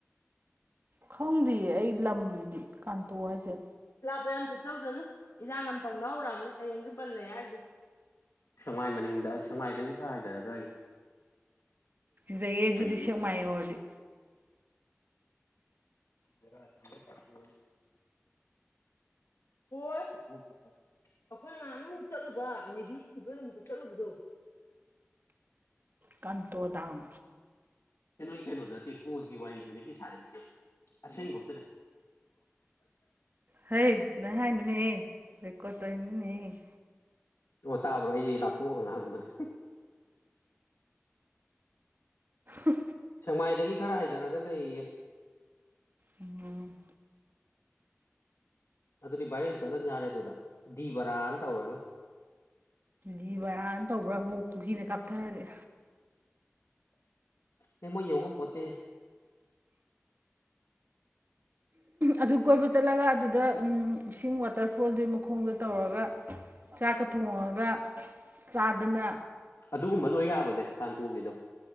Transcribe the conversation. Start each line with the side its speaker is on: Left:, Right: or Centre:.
Right: ꯈꯪꯗꯦꯌꯦ ꯑꯩ ꯂꯝꯗꯤ ꯀꯥꯟꯇꯣꯛ ꯍꯥꯏꯁꯦ
Left: ꯑ ꯌꯥꯝ ꯆꯠꯆꯧ ꯆꯠꯂꯨ ꯏꯔꯥꯡ ꯌꯥꯝ ꯇꯧꯅ ꯍꯧꯔꯛꯑꯕꯅꯦ ꯍꯌꯦꯡꯁꯨ ꯄꯜꯂ ꯍꯥꯏꯁꯦ ꯁꯦꯡꯃꯥꯏ ꯃꯅꯤꯡꯗ ꯁꯦꯡꯃꯥꯏꯗꯒꯤ ꯈꯔ ꯍꯥꯏꯊꯔꯒ
Right: ꯗ ꯑꯦ ꯑꯗꯨꯗꯤꯁ
Left: ꯍꯌꯦꯡ ꯑꯃꯨꯛ ꯁꯤꯡꯖꯜꯂꯦ
Right: ꯃꯥꯏ ꯑꯣꯣꯗꯤ
Left: ꯃꯔꯦ ꯀꯔ ꯑꯣ ꯑꯩꯈꯣꯏꯅ ꯉꯍꯥꯟ ꯑꯃꯨꯛ ꯆꯠꯂꯨꯕ ꯅꯦꯕꯤꯕ ꯅꯨꯃꯤꯠꯇ ꯆꯠꯂꯨꯕꯗꯣ
Right: ꯀꯟꯇꯗꯥꯝ
Left: ꯁꯤ ꯅꯣꯏ ꯀꯩꯅꯣꯗ ꯅꯠꯇꯦ ꯀꯣꯜꯒꯤ ꯋꯥꯔꯤꯗꯨꯅꯦ ꯁꯤ ꯁꯥꯥꯟꯅꯩꯁꯦ ꯑꯁꯦꯡꯒꯣ
Right: ꯍꯣꯏ ꯅꯅꯤꯅꯦ ꯔꯦꯀꯣ ꯇꯅꯤ
Left: ꯑꯣ ꯇꯥꯕ꯭ꯔꯣ ꯑꯩꯗꯤ ꯂꯥꯞꯊꯣꯛꯑ ꯉꯍꯪꯕꯅꯦ
Right: ꯑ
Left: ꯁꯦꯡꯃꯥꯏꯗꯒꯤ ꯈꯔ ꯍꯥꯏꯊꯔꯒ ꯂꯩꯌꯦ
Right: ꯎꯝ
Left: ꯑꯗꯨꯗꯤ ꯚꯥꯏꯔꯦꯜ ꯆꯠꯂꯅꯤ ꯌꯥꯔꯦ ꯑꯗꯨꯗ ꯗꯤ ꯕꯔꯥꯅ ꯇꯧꯔꯒ
Right: ꯖꯤꯕꯌꯥꯅ ꯇꯧꯕ꯭ꯔꯥꯕꯨ ꯀꯨꯀꯤꯅ ꯀꯥꯞꯊꯔꯗꯤ
Left: ꯑꯩ ꯃꯣꯏ ꯌꯧ ꯉꯝꯄꯣꯠꯇꯦ ꯍꯦ
Right: ꯑꯗꯨ ꯀꯣꯏꯕ ꯆꯠꯂꯒ ꯑꯗꯨꯗ ꯏꯁꯤꯡ ꯋꯥꯇꯔꯐꯣꯜꯗꯨ ꯃꯈꯣꯡꯗ ꯇꯧꯔꯒ ꯆꯥꯛꯀ ꯊꯣꯡꯉꯒ ꯆꯥꯗꯅ
Left: ꯑꯗꯨꯒꯨꯝꯕ ꯂꯣꯏ ꯌꯥꯕꯅꯦ ꯀꯟꯇꯣ ꯒꯤꯗꯣ